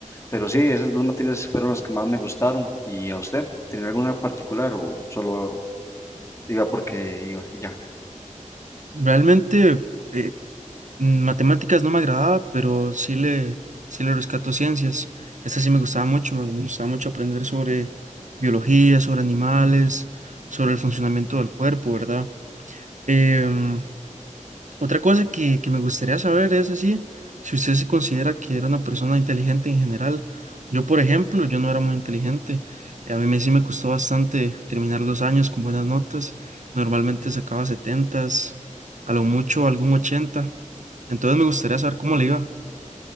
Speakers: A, on the left (about 20°); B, on the right (about 65°).
A: Pero sí, esas dos materias fueron las que más me gustaron. ¿Y a usted? ¿Tenía alguna particular o solo iba porque iba y ya?
B: Realmente, eh, mm, matemáticas no me agradaba, pero sí le, sí le rescato ciencias. Esta sí me gustaba mucho, me gustaba mucho aprender sobre biología, sobre animales, sobre el funcionamiento del cuerpo, ¿verdad? Em, Otra cosa que, que me gustaría saber es así, si usted se considera que era una persona inteligente en general. Yo, por ejemplo, yo no era muy inteligente. eh, A mí me, sí me costó bastante terminar los años con buenas notas. Normalmente sacaba 70, a lo mucho algún 80. Entonces me gustaría saber cómo le iba.